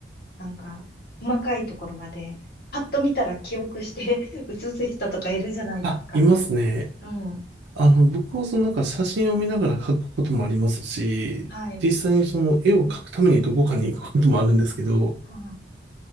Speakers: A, on the left (about 60°); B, on the right (about 70°).
A: なんか、細かいところまで、パッと見たら記憶して <laughs> 写す人とかいるじゃないですか。
B: あ、いますね。
A: うん。
B: あの、僕はそのなんか写真を見ながら描くこともありますし、
A: はい。
B: 実際にその絵を描くためにどこかに行くこともあるんですけど、
A: は